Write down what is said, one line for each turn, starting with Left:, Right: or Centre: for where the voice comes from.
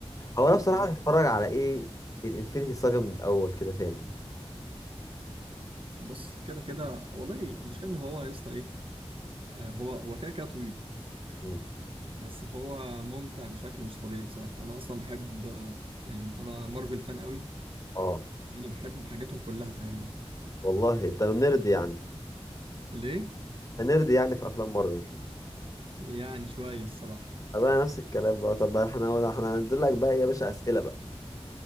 Left: هو انا بصراحه
Right: يا ابني
Left: هتتفرج على ايه الانفينيتي ساجا من الاول كده تاني
Right: بص كده كده والله المشكلة ان هو يا اسطى ايه آه، هو هو كده كده طويل
Left: مم.
Right: بس هو ممتع بشكل مش طبيعي بصراحة انا اصلا بحب آه، يعني انا مارفل فان قوي
Left: اه
Right: انا بحب حاجاتهم كلها تقريبا
Left: والله انت نرد يعني
Right: ليه
Left: هنرد يعني في افلام مارفل
Right: يعني شويه الصراحه
Left: طب انا نفس الكلام بقى طب احنا احنا هننزل لك بقى يا باشا اسئله بقى